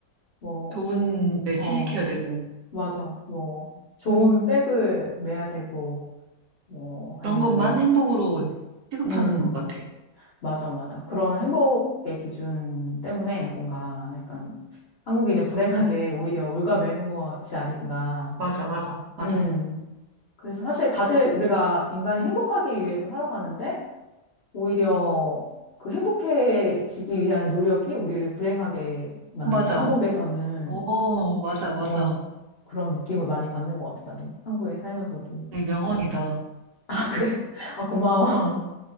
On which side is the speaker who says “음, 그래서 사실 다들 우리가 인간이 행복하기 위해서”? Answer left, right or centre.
Left